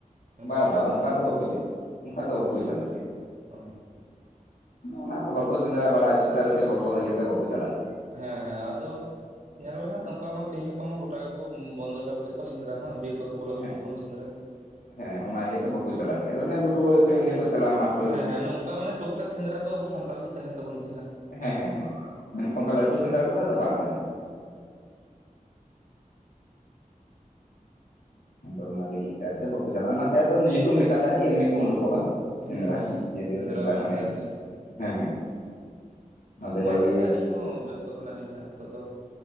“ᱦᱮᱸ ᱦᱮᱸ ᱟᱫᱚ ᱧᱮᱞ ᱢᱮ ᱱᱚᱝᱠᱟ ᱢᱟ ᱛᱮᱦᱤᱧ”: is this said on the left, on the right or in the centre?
Right